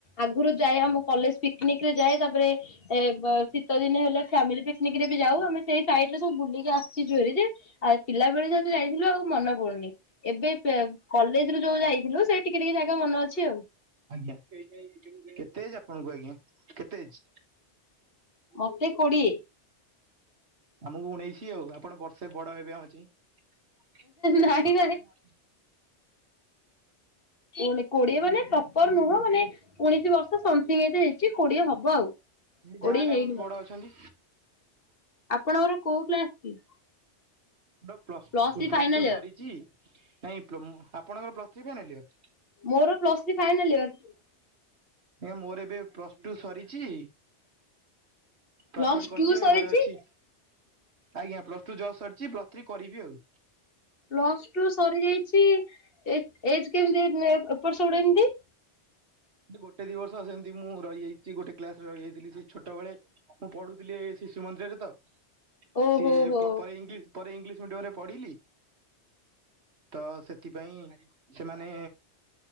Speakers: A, on the left; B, on the right.
A: ଆଗରୁ ଯାଏ ଆମ କଲେଜ୍ ପିକନିକ ରେ ଯାଏ। ତାପରେ ଏ ବ-ଶୀତ ଦିନ ହେଲେ ଫ୍ୟାମିଲି ପିକ୍ ନିକ ରେ ବି ଯାଉ ଆମେ ସେଇ ସାଇଡରେ ସବୁ ବୁଲିକି ଆ ସଚି ଜରିରେ ଆ ପିଲା ବେଳେ ଯଦି ଯାଇଥିଲୁ ଆଉ ମନେ ପଡୁନି। ଏବେ ପେ-କଲେଜ୍ ଯୋଉ ଯାଇଥିଲୁ ସେ ଟିକେ ଟିକେ ଜାଗା ମନ ଅଛି ଆଉ।
B: ଆଜ୍ଞା କେତେ ଏଜ୍ ଆପଣଙ୍କୁ ଆଜ୍ଞା, କେତେ ଏଜ୍?
A: ମୋତେ କୋଡିଏ।
B: ଆମକୁ ଉଣେଇଶି ଆଉ ଆପଣ ବର୍ଷେ ବଡ ହେବେ ଆମ ଚେଇଁ। ବଂଶ
A: ନାଇଁ ନାଇଁ
B: ଉପରେ ନ <inaudible>
A: ଉଣେ କୋଡିଏ ମାନେ ପ୍ରପର୍ ନୁହଁ ମାନେ ଉଣେଇଶି ବର୍ଷ ସମଥିଙ୍ଗ ଏଜ୍ ହେଇଛି, କୋଡିଏ ହବ ଆଉ।
B: ଯାହାହେଲେ
A: କୋଡିଏ ହେଇନି
B: ଆମେ
A: ମୋତେ।
B: ବଡ ଅଛନ୍ତି
A: ଆପଣଙ୍କର କୋଉ କ୍ଲାସ୍ କି?
B: <inaudible> Plus
A: plus three
B: plus
A: final
B: two ସରିଚି
A: year
B: ନାଇଁ ପମୋ ଆପଣଙ୍କର ପ୍ଲସ୍ ଥ୍ରୀ ଫାଇନାଲ ଇୟର?
A: ମୋର ପ୍ଲସ୍ ଥ୍ରି ଫାଇନାଲ୍ ଇୟର୍।
B: ନା ମୋର ଏବେ ପ୍ଲସ୍ ଟୁ ସରିଛି। ପାସ୍
A: ପ୍ଲସ୍
B: ଆଉଟ୍ କରିଛି
A: ଟୁ
B: ଏବେ
A: ସରିଛି
B: ଘରେ ଅଛି। ଆଜ୍ଞା ପ୍ଲସ୍ ଟୁ ଜସ୍ ସରିଛି, ପ୍ଲସ୍ ଥ୍ରୀ କରିବି ଆଉ।
A: ପ୍ଲସ୍ ଟୁ ସରିଯାଇଛି ଏ ଏଜ୍ କେମିତି ଏପଟ ସେପଟ ଏମିତି?
B: ଗୋଟେ ଦି ବର୍ଷ ସେମିତି ମୁଁ ରହିଯାଇଚି ଗୋଟେ କ୍ଲାସ୍ ରେ ରହିଯାଇଥିଲି ସେଇ ଛୋଟବେଳେ। ମୁଁ ପଢୁଥିଲି ଏ ଶିଶୁ ମନ୍ଦିରରେ ତ
A: ଓହୋ
B: ସିଏ
A: ହୋ
B: ପ୍ରପର୍ ଇଂଲିଶ ପରେ ଇଂଲିଶ ମିଡିୟମ୍ ରେ ପଢିଲି। ତ ସେଥିପାଇଁ ସେମାନେ